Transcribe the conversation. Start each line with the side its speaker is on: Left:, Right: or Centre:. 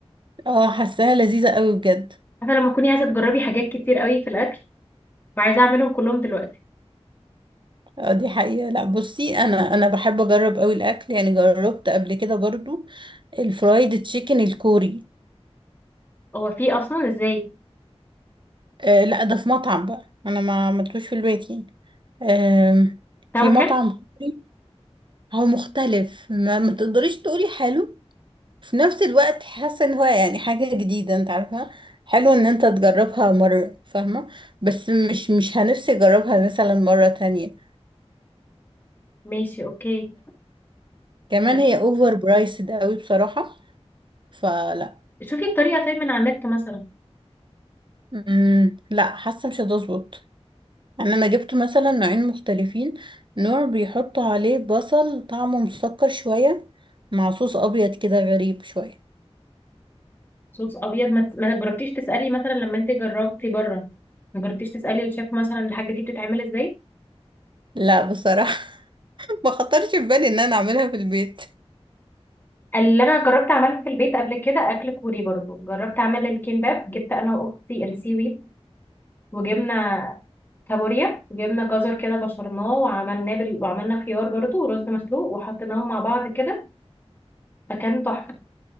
Right: اه حاساها لذيذة قوي بجد
Left: عارفة لما تكوني عايزة تجربي حاجات كتير قوي في الأكل وعايزة أعملهم كلهم دلوقتي
Right: اه دي حقيقة لا بصي انا انا بحب اجرب قوي الاكل يعني جربت قبل كده برضو الفرايد تشيكن الكوري
Left: هو في أصلا إزاي
Right: آه لا ده في مطعم بقى انا ما عملتوش في البيت يعني آه
Left: طعمه
Right: في مطعم
Left: حلو
Right: كوري هو مختلف ما, ما تقدريش تقولي حلو في نفس الوقت حاسة ان هو يعني حاجة جديدة انت عارفة حلو ان انت تجربها مرة فاهمة بس مش مش هنفسي اجربها مثلا مرة تانية
Left: ماشي أوكي
Right: كمان
Left: لا
Right: هي اوفر برايسد قوي بصراحة فلا
Left: شوفي الطريقة طيب من على النت مثلا
Right: امم لا حاسه مش هتظبط يعني انا جبت مثلا نوعين مختلفين نوع بيحطوا عليه بصل طعمه مسكر شويه مع صوص ابيض كده غريب شويه
Left: صوص أبيض ما ما جربتيش تسألي مثلا لما أنت جربتي بره ما جربتيش تسألي الشيف مثلا الحاجة دي بتتعمل إزاي
Right: لا بصراحه <laughs> ما خطرش في بالي ان انا اعملها في البيت
Left: اللي أنا جربت أعمله في البيت قبل كده أكل كوري برضو جربت أعمل الكيمباب جبت أنا وأختي السي ويد وجبنا كابوريا وجبنا جزر كده بشرناه وعملناه بال... وعملنا خيار برضو ورز مسلوق وحطيناهم مع بعض كده فكان تحفة